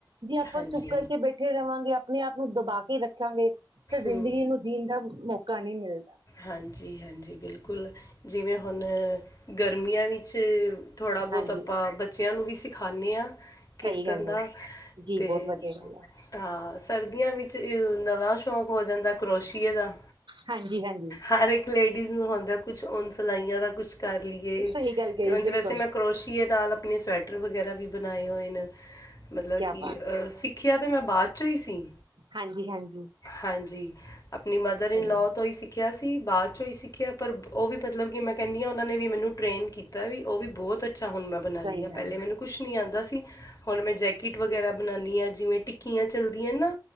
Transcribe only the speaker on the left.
ਹਾਂਜੀ
ਹੂੰ
ਹਾਂਜੀ, ਹਾਂਜੀ ਬਿਲਕੁਲ ਜਿਵੇਂ ਹੁਣ ਗਰਮੀਆਂ ਵਿੱਚ ਵਿੱਚ ਥੋੜ੍ਹਾ ਬਹੁਤ
ਆਪਾਂ ਬੱਚਿਆਂ ਨੂੰ ਵੀ ਸਿਖਾਉਂਦੇ ਹਾਂ ਕੀਰਤਨ
ਦਾ।
ਤੇ
ਹਾਂ ਸਰਦੀਆਂ ਵਿੱਚ ਨਵਾਂ ਸ਼ੌਂਕ ਹੋ ਜਾਂਦਾ ਕਰੋਸ਼ੀਏ ਦਾ।
ਹਰ ਇੱਕ ਲੇਡੀਜ਼ ਨੂੰ ਆਉਂਦਾ ਕੁਛ ਔਨ ਸਿਲਾਈਆਂ ਦਾ ਕੁਛ ਕਰ ਲਈਏ। ਅਤੇ
ਜਿਵੇਂ ਵੈਸੇ ਮੈਂ ਕਰੋਸ਼ੀਏ ਨਾਲ ਆਪਣੇ ਸਵੈਟਰ ਵਗੈਰਾ ਵੀ ਬਣਾਏ ਹੋਏ ਨੇ। ਮਤਲਬ
ਕਿ
ਸਿੱਖਿਆ ਤਾਂ ਮੈਂ ਬਾਅਦ ਚੋਂ ਹੀ ਸੀ।
ਹਾਂਜੀ ਆਪਣੀ ਮਦਰ
ਇਨ ਲੋਅ
ਤੋਂ ਹੀ ਸਿੱਖਿਆ ਸੀ ਬਾਅਦ ਚ ਹੀ ਸਿੱਖਿਆ ਪਰ ਉਹ ਵੀ ਮਤਲਬ ਕਿ ਮੈਂ ਕਹਿੰਦੀ ਹਾਂ ਉਹਨਾਂ ਨੇ ਵੀ ਮੈਨੂੰ ਟਰੇੇਨ ਕੀਤਾ ਵੀ ਉਹ ਵੀ ਬਹੁਤ ਅੱਛਾ ਹੁਣ ਮੈਂ ਬਣਾਉਂਦੀ
ਹਾਂ
ਪਹਿਲੇ
ਮੈਨੂੰ ਕੁਛ ਨੀ ਆਉਂਦਾ ਸੀ। ਹੁਣ ਮੈਂ ਜੈਕਿਟ ਵਗੈਰਾ ਬਣਾਉਂਦੀ ਹਾਂ ਜਿਵੇਂ ਟਿਕ ਕਿਆਂ ਚਲਦੀਆਂ ਨਾ